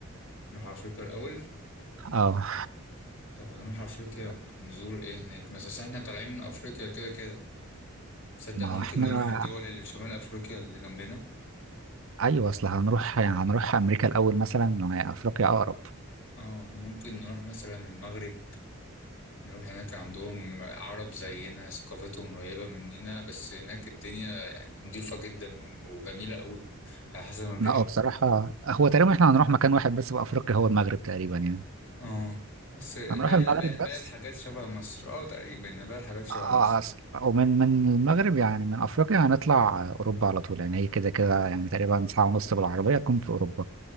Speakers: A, on the left; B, on the right.
A: نروح افريقيا الاول
B: اه
A: طب هنروح افريقيا نزور ايه هناك بس أصل احنا طالعين من افريقيا كده كده تصدق
B: ما
A: ممكن
B: هو احنا
A: نروح الدول اللي في شمال افريقيا اللي جنبنا
B: أيوة أصل هنروح يعني هنروح أمريكا الأول مثلا وهي أفريقيا أقرب
A: اه ممكن نروح مثلا المغرب نروح هناك عندهم عرب زينا ثقافتهم قريبة مننا بس هناك الدنيا يعني نضيفة جدا وجميلة قوي على حسب ما بيحكوا
B: لا اه بصراحة هو تقريبا احنا هنروح مكان واحد بس في أفريقيا هو المغرب تقريبا يعني
A: اه بس باقي
B: هنروح المغرب
A: باقي
B: بس
A: باقي الحاجات شبه مصر اه تقريبا يعني باقي الحاجات شبه مصر
B: اه أصل ومن من المغرب يعني من أفريقيا هنطلع آه، أوروبا على طول يعني هي كده كده يعني تقريبا ساعة ونص بالعربية تكون في أوروبا